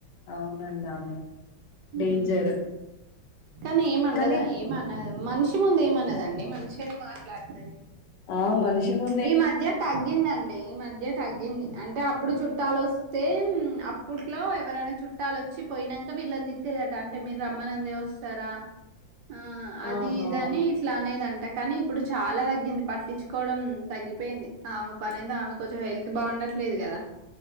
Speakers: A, on the left; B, on the right.
A: అవునండి ఆమె
B: ఉ
A: డేంజర్
B: హు కానీ ఏం వండదా
A: కానీ
B: ఏం మన మనిషి ముందు ఏమనదండి మంచిగానే మాట్లాడతాది
A: ఆ మనిషి ము
B: ఈ మధ్య తగ్గిందండి ఈ మధ్య తగ్గింది అంటే అప్పుడు చుట్టాలు వస్తే అప్పట్లో ఎవరైనా చుట్టాలు వచ్చి పోయినాక వీళ్ళంది తిట్టేదట అంటే మీరు రమ్మనిందే వస్తారా ఆ
A: ఆహా
B: అది ఇద అని ఇట్లా అనేదంట కానీ ఇప్పుడు చాలా తగ్గింది పట్టించుకోవడం తగ్గిపోయింది ఆమె పని ఏదో ఆమె కొంచెం హెల్త్ బాగుండట్లేదు కదా